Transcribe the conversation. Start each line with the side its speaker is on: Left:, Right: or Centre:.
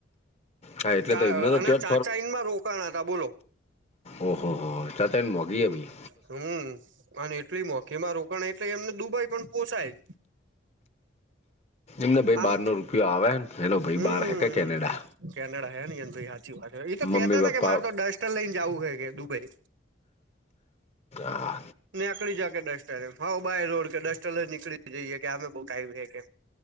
Left: હા એટલે
Right: ા
Left: તો એમને તો
Right: અને
Left: ત્યાં
Right: ચાચા ઇનમાં રોકાણ હતા બોલો.
Left: ઓહ હો ચા ત એ મોંઘી એ ભી.
Right: હમ અને એટલી મોઘીમાં રોકાય એટલે એમને દુબાઈ પણ પોસાય.
Left: એમને ભાઈ
Right: આમ
Left: બારનો રૂપિયો આવે ને હેલો ભાઈ
Right: હમ
Left: બાર હે કે કેનેડા.
Right: કેનેડા હ ની એ ભઈ સાચી વાત એ તો
Left: મમ્મી
Right: કેતા હતા
Left: પપ્પા
Right: કે મારે તો ડસ્ટર લઈને જવું હે કે દુબઈ.
Left: આ
Right: નીકળી જ કે ડસ્ટ હ બાય રોડ કે ડસ્ટલ નીકળી જઈએ કે અમે બ ક્યું કે.